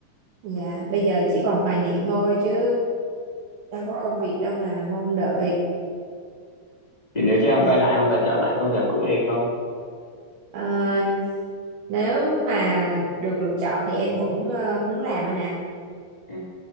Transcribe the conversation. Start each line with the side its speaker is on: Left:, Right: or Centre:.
Right: Dạ, bây giờ chỉ còn hoài niệm thôi chứ đâu có công việc đâu mà mong đợi
Left: Thì nếu cho em
Right: Dạ.
Left: quay lại em có chọn lại công việc cũ đây không?
Right: Ờ, nếu mà được lựa chọn thì em vẫn ờ, muốn làm anh nè
Left: Ừ.